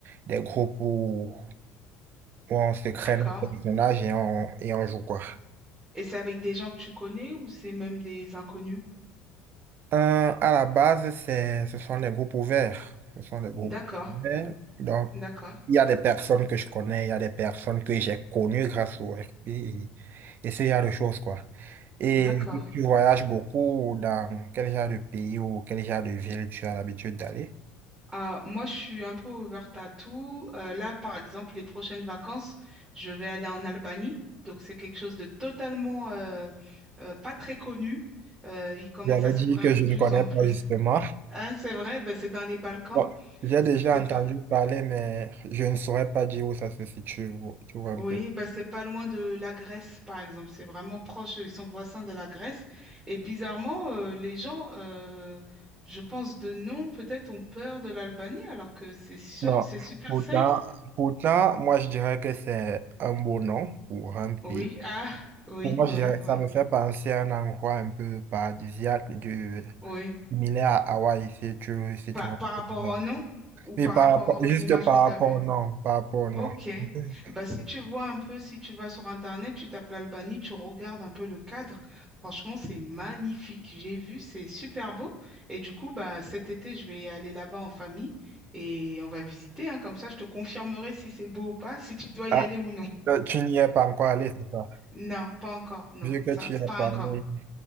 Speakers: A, on the right; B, on the right.
A: des groupes où, où on se crée
B: D'accord.
A: nos personnages et on, et on joue quoi.
B: Et c'est avec des gens que tu connais ou c'est même des inconnus?
A: Euh, à la base, c'est, ce sont des groupes ouverts. Ce sont des groupes
B: D'accord,
A: ouverts. Donc,
B: d'accord,
A: il y a des personnes que je connais, il y a des personnes que j'ai connues grâce au RP et, et ce genre de choses, quoi. Et
B: d'accord.
A: vu que tu voyages beaucoup dans quel genre de pays ou quel genre de ville tu as l'habitude d'aller?
B: Ah, moi, je suis un peu ouverte à tout. Euh, là, par exemple, les prochaines vacances, je vais aller en Albanie. Donc, c'est quelque chose de totalement euh, euh, pas très connu. Euh, il commence
A: J'allais
B: à s'ouvrir
A: dire que
B: de
A: je
B: plus
A: ne connais
B: en
A: pas
B: plus.
A: justement.
B: Ah, c'est vrai, ben, c'est dans les Balkans.
A: Bon, j'ai déjà
B: C'est
A: entendu
B: pas,
A: parler, mais je ne saurais pas dire où ça se situe. Tu vois un
B: Oui,
A: peu.
B: bah c'est pas loin de la Grèce, par exemple. C'est vraiment proche, ils sont voisins de la Grèce. Et bizarrement, euh, les gens, euh, je pense de nom, peut-être ont peur de l'Albanie, alors que c'est sûr,
A: Non,
B: c'est super
A: pourtant,
B: safe.
A: pourtant, moi je dirais que c'est un beau nom pour un pays.
B: Oui, ah, oui,
A: Pour moi, je
B: oui,
A: dirais, que
B: oui,
A: ça me fait penser à un endroit un peu paradisiaque, du,
B: oui.
A: similaire à Hawaï, si tu, si
B: Par,
A: tu vois.
B: par rapport
A: ce que je veux dire.
B: au nom ou
A: Mais
B: par
A: par
B: rapport
A: rapport,
B: aux
A: juste
B: images
A: par
B: que tu as
A: rapport
B: vues?
A: au nom, par rapport au nom.
B: Ok.
A: <laughs>
B: Bah, si tu vois un peu, si tu vas sur Internet, tu tapes l'Albanie, tu regardes un peu le cadre. Franchement, c'est magnifique. J'ai vu, c'est super beau. Et du coup, bah, cet été, je vais aller là-bas en famille et on va visiter, hein. Comme ça, je te confirmerai si c'est beau ou pas, si tu dois y
A: Ah,
B: aller ou non.
A: euh, tu n'y es pas encore allé, c'est ça?
B: Non, pas encore. Non,
A: Vu
B: ça,
A: que tu
B: c'est
A: as
B: pas
A: parlé,
B: encore.